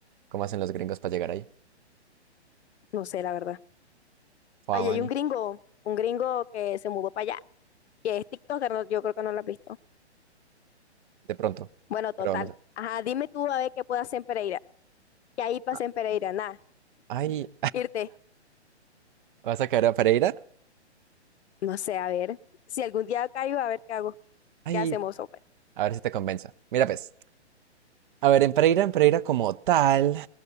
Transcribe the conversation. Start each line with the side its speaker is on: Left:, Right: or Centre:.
Right: ¿Cómo hacen los gringos para llegar ahí?
Left: No sé, la verdad.
Right: Juan,
Left: Ahí hay un gringo, un gringo que se mudó para allá, que es TikToker, no- yo creo que no lo has visto.
Right: de pronto.
Left: Bueno, total.
Right: Pero no sé.
Left: Ajá, dime tú a ver qué puedo hacer en Pereira. ¿Qué hay para
Right: Ah,
Left: hacer en Pereira? Nada,
Right: Ay,
Left: irte.
Right: ¿vas a caer a Pereira?
Left: No sé, a ver. Si algún día caigo, a ver qué hago.
Right: Ay,
Left: ¿Qué hacemos, hombre?
Right: a ver si te convenza. Mira, pues. A ver, en Pereira, en Pereira como tal.